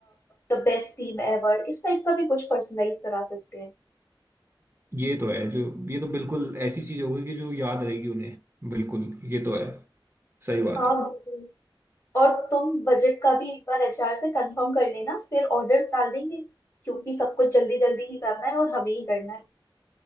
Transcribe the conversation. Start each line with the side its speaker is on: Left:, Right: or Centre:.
Left: द बेस्ट टीम एवर इस टाइप का भी कुछ पर्सनलाइज करा सकते हैं
Right: ये तो है जो ये तो बिल्कुल ऐसी चीज होगी कि जो याद रहेगी उन्हें बिल्कुल ये तो है सही बात
Left: हाँ
Right: है
Left: बिल्कुल और तुम बजट का भी एक बार एचआर से कंफर्म कर लेना फिर ऑर्डर्स डाल देंगे क्योंकि सब कुछ जल्दी जल्दी ही करना है और हमें ही करना है